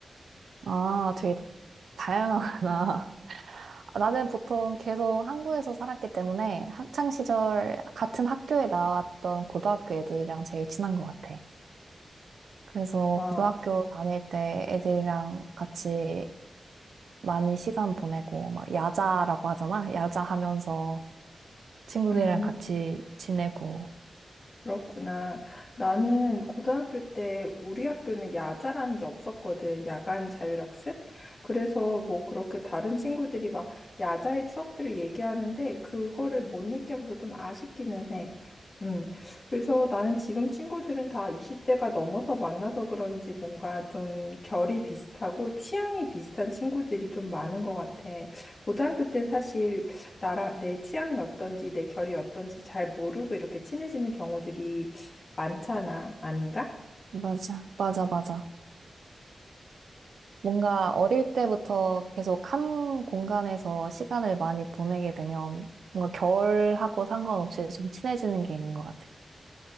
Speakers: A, on the right; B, on the left.
A: 아, 되게 다양하구나. <laughs> 아, 나는 보통 계속 한국에서 살았기 때문에 학창 시절 같은 학교에 나왔던 고등학교 애들이랑 제일 친한 것 같아. 그래서
B: 아,
A: 고등학교 다닐 때 애들이랑 같이 많이 시간 보내고, 막 야자라고 하잖아? 야자 하면서 친구들이랑
B: 음.
A: 같이 지내고.
B: 그렇구나. 나는 고등학교 때 우리 학교는 야자라는 게 없었거든. 야간 자율학습. 그래서 뭐 그렇게 다른 친구들이 막 야자의 추억들을 얘기하는데 그거를 못 느껴봐서 좀 아쉽기는 해. 음. 그래서 나는 지금 친구들은 다 20대가 넘어서 만나서 그런지 뭔가 좀 결이 비슷하고 취향이 비슷한 친구들이 좀 많은 것 같아. 고등학교 때는 사실 나랑 내 취향이 어떤지, 내 결이 어떤지 잘 모르고 이렇게 친해지는 경우들이 많잖아. 아닌가?
A: 맞아, 맞아, 맞아. 뭔가 어릴 때부터 계속 한 공간에서 시간을 많이 보내게 되면 뭔가 결하고 상관없이 좀 친해지는 게 있는 것 같아.